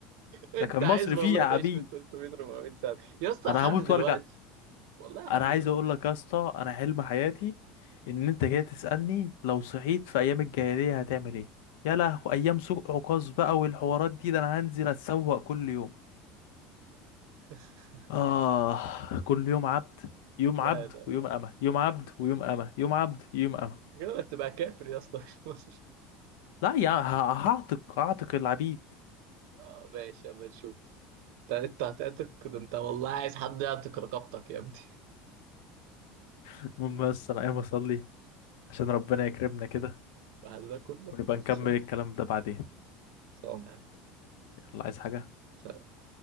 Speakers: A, on the right (about 70°); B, on the left (about 80°).
A: انت
B: ده كان
A: عايز
B: مصر
A: والله
B: فيها
A: تعيش
B: عبيد
A: من 300 400 سنه يا اسطى
B: انا
A: لحد
B: هموت
A: دلوقتي
B: وارجع
A: والله لحد
B: انا
A: دلوقتي
B: عايز اقول لك يا اسطى انا حلم حياتي ان انت جاي تسالني لو صحيت في ايام الجاهليه هتعمل ايه يا لهو ايام سوق عكاظ بقى والحوارات دي ده انا هنزل اتسوق كل يوم
A: <laughs>
B: اه كل يوم عبد يوم
A: لا
B: عبد
A: لا
B: ويوم
A: لا
B: أمة يوم عبد ويوم أمة يوم عبد يوم أمة
A: كده هتبقى كافر يا اسطى <laughs> مش مسلم
B: لا يا ه- هعتق هعتق العبيد
A: اه ماشي اما نشوف انت انت هتعتق ده انت والله عايز حد يعتق رقبتك يا ابني
B: المهم بس انا قايم اصلي عشان ربنا يكرمنا كده
A: بعد ده كله
B: ونبقى
A: خلصان
B: نكمل الكلام ده بعدين
A: خلصان يعني.
B: يلا عايز حاجة
A: سلام.